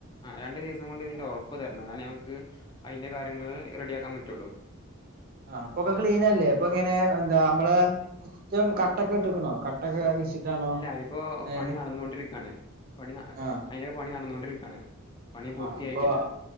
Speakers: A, on the left (about 20°); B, on the right (about 45°).
A: ആഹ് രണ്ട് ദിവസം കൊണ്ട് ഇതിന്റെ ഉറപ്പ് തരണം. എന്നാലേ ഞമുക്ക് അയിന്റെ കാര്യങ്ങൾ റെഡി ആക്കാൻ പറ്റുള്ളൂ.
B: ആഹ് അപ്പൊക്കെ ക്ലീനല്ലേ. ഇപ്പൊ ഇങ്ങനെ എന്താ നമ്മളെ മുറ്റം കട്ടെക്കെ ഇട്ട് ക്ണോ? ക ട്ടക്കെ വിരിച്ചിട്ടാണോ
A: ഇല്ല ഇപ്പോ
B: ഏഹ്
A: പണി നടന്നോണ്ടിരിക്കാണ്. പണി
B: ആഹ്
A: അയിന്റെക്കെ പണി നടന്നൊണ്ടിരിക്ക ണ്. പണി പൂർത്തിയായിട്ടില്ല.
B: ആഹ് അപ്പൊ